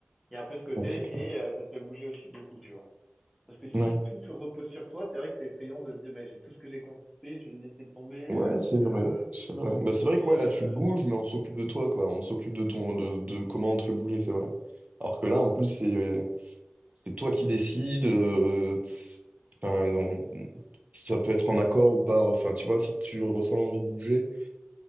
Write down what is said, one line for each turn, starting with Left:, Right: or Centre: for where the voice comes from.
Centre: Il y a un peu ce côté,
Right: Ouais, c'est clair.
Centre: et euh, ça te fait bouger aussi beaucoup, tu vois. Parce que
Right: Ouais.
Centre: si tout se repose sur toi, c'est vrai que c'est effrayant de se dire, bah, j'ai tout ce que j'ai construit, je vais le laisser tomber,
Right: Ouais,
Centre: alors
Right: c'est vrai.
Centre: que,
Right: C'est vrai. Bah, c'est vrai
Centre: et,
Right: que ouais, là,
Centre: euh,
Right: tu bouges, mais on s'occupe de toi, quoi. On s'occupe de ton de, de comment on te fait bouger, c'est vrai. Alors que là, en plus, c'est c'est toi qui décides. euh, t's- enfin, on- ça peut être en accord ou pas. Enfin, tu vois, si tu ressens l'envie de bouger.